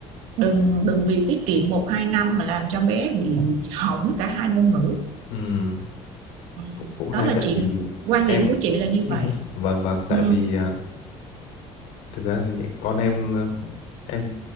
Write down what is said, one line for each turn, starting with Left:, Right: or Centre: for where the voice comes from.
Right: đừng đừng vì tiết kiệm một hai năm mà làm cho bé bị hỏng cả hai ngôn ngữ
Left: Ừm,
Right: ừ.
Left: cũng, cũng hay
Right: đó là
Left: tại
Right: chuyện
Left: vì
Right: quan
Left: em
Right: điểm của chị là như vậy
Left: vâng vâng tại
Right: ừ.
Left: vì à, thực ra thì con em ờ, em